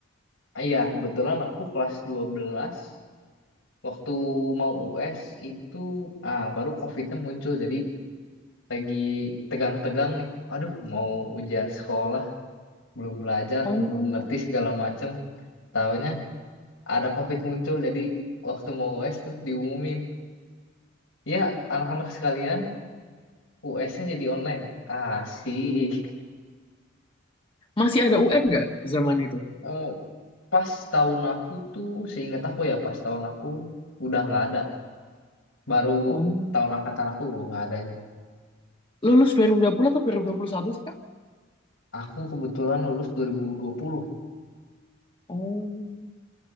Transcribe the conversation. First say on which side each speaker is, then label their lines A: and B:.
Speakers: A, on the left (about 85°); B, on the left (about 25°).
A: ah, ya kebetulan aku kelas 12 waktu mau US itu ah baru COVID-nya muncul jadi lagi tegang-tegang nih. Aduh, mau ujian sekolah, belum belajar,
B: Oh.
A: belum ngerti segala macem. Taunya ada COVID muncul jadi waktu mau US tuh diumumin ya anak-anak sekalian US-nya jadi online ya asik
B: Masih ada UN nggak zaman itu?
A: Eh, pas tahun aku tuh seingat aku ya pas tahun aku udah nggak ada baru
B: Oh,
A: tahun angkatan aku nggak adanya
B: Lulus 2020 atau 2021 sih, Kak?
A: aku kebetulan lulus 2020
B: oh,